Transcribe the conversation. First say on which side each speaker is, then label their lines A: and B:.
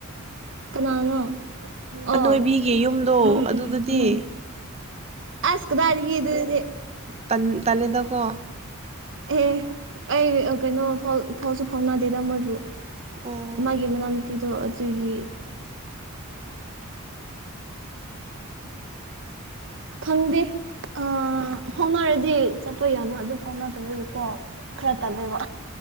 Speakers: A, on the right; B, on the right.
A: ꯀꯅꯥꯅꯣ
B: ꯑꯅꯣꯏꯕꯤꯒꯤ
A: ꯑꯣ
B: ꯌꯨꯝꯗꯣ
A: ꯎꯝ
B: ꯑꯗꯨꯗꯗꯤ
A: ꯎꯝ ꯎꯝ ꯑꯁ ꯀꯗꯥꯏꯗꯒꯤ ꯑꯗꯨꯗꯤ
B: ꯇꯜ ꯇꯜꯂꯦꯗꯀꯣ
A: ꯑꯦ ꯑꯦ ꯑꯩ ꯀꯩꯅꯣ ꯐꯥꯎꯁꯨ ꯐꯥꯎꯅꯗꯦꯗ ꯃꯣꯏꯕꯨ
B: ꯑꯣ
A: ꯃꯥꯒꯤ ꯃꯅꯥꯎ ꯅꯨꯄꯤꯗꯣ ꯑꯗꯨꯒꯤ ꯈꯪꯗꯦ ꯑ ꯐꯥꯎꯅꯔꯗꯤ ꯆꯠꯄ ꯌꯥꯕ ꯑꯗꯨ ꯐꯥꯎꯅꯗꯕꯒꯤꯀꯣ ꯈꯔ ꯇꯜꯂꯦꯕ